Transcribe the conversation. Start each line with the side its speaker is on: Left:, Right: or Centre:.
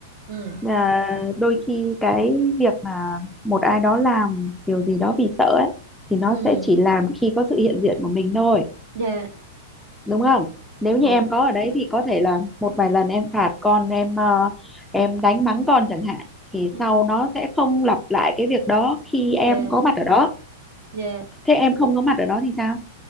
Right: ừ
Centre: mà đôi khi cái việc mà một ai đó làm điều gì đó vì sợ ấy thì nó
Right: Ừ,
Centre: sẽ chỉ làm khi có sự hiện diện của mình thôi
Right: dạ,
Centre: đúng không nếu như
Right: đúng.
Centre: em có ở đấy thì có thể là một vài lần em phạt con em ờ, em đánh mắng con chẳng hạn thì
Right: Ừ,
Centre: sau nó sẽ không lặp lại cái việc đó khi em
Right: dạ,
Centre: có mặt ở đó
Right: dạ.
Centre: thế em không có mặt ở đó thì sao